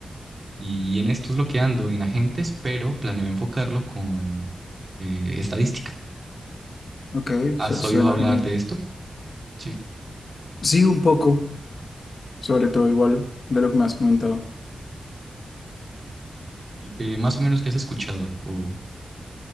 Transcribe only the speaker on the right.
y en esto es lo que ando en agentes, pero planeo enfocarlo con eh, estadística.
¿Has
oído hablar
de esto? Sí.
¿Y que más o menos qué has escuchado o